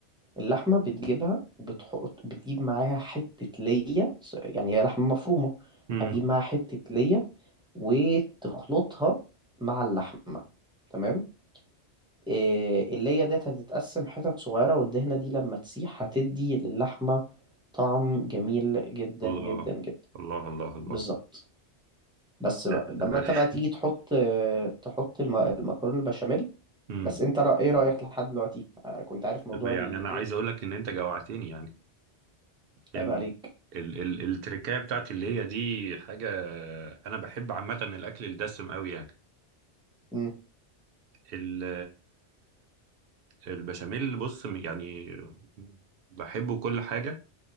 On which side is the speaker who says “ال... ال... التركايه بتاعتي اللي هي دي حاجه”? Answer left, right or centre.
Right